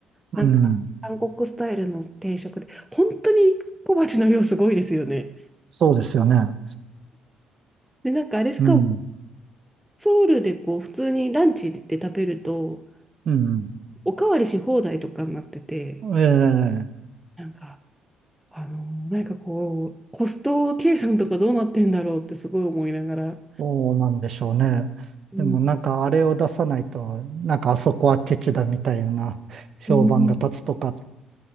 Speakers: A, on the right; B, in the centre.
A: うん、
B: なんか、韓国スタイルの定食で、本当に小鉢の量すごいですよね。
A: そうですよね。
B: で、なんかあれしかも、
A: うん、
B: ソウルでこう、普通にランチで食べると、
A: うん、
B: おかわりし放題とかになってて、
A: ええ
B: なんか、あの、なんかこう、コスト計算とかどうなってんだろうってすごい思いながら。
A: そうなんでしょうね。
B: うん
A: でもなんかあれを出さないと、なんかあそこはケチだみたいな評判が立つとか、
B: うん